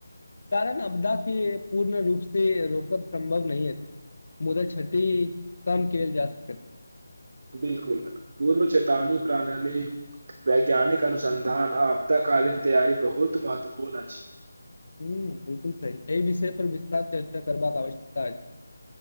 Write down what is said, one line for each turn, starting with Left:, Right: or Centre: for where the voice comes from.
Left: कारण अपदा के पूर्ण रूप से रोकब सम्भव नहि अछि मुदा छटी कम कयल जा सकै
Right: बिलकुल पूर्व चेतावनी प्रणाली वैज्ञानिक अनुसन्धान आ आपदा कालीन तैयारी बहुत महत्वपूर्ण अछि
Left: हुं बिलकुल सही एहि विषय पर विस्तार चर्चा करबाक आवश्यकता अछि